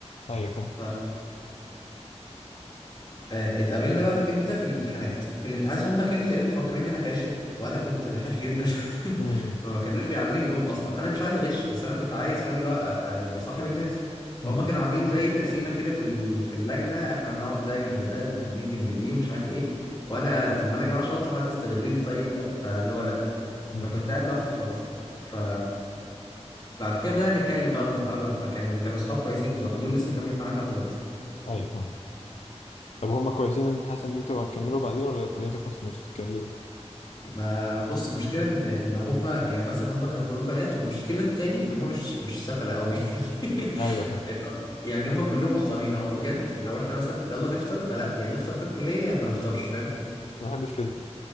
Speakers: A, on the left; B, on the left.
A: أيوه فاهم
B: ف آه، اتقابلنا بقى في امتى في الامتحانات في الامتحانات هم كانوا تقريبا مفكرين ان انا فاشل وانا كنت دحيح جدا <laughs>
A: <clears throat> مم.
B: فما كانوش بيقعدوني جنبهم اصلا انا مش عايز اغش بس انا كنت عايز فاهم اللي هو ابقى يعني صاحب الناس
A: مم.
B: فهم كانوا عاملين زي تقسيمه كده في ال... في اللجنه احنا هنقعد ده جنب ده دي جنب دي ومش عارف ايه وانا طب ما انا يا جماعه شاطر حد يستغلني طيب فاهم فاللي هو لا
A: مم.
B: فكنت قاعد لوحدي خالص ف بعد كده بدأنا نتكلم بقى ونتعرف فكانوا كانوا اصحاب كويسين بصراحه دول لسه كاملين معايا لحد دلوقتي
A: أيوه فاهم طب هما كويسين إن انت حاسس ان انتوا هتكملوا بعدين ولا الكلية تخلص ومش تتكلموا
B: ما بص المشكله ان ان هم يعني مثلا هم كانوا كلهم بنات والمشكله التاني ان هم مش مش سفله قوي <laughs>
A: ايوه فاهم
B: يعني يعني هم كلهم محترمين هو بجد لو احنا مثلا يلا نفطر فلا يعني نفطر في الكليه يا ما نفطرش فاهم
A: ما بحبش كده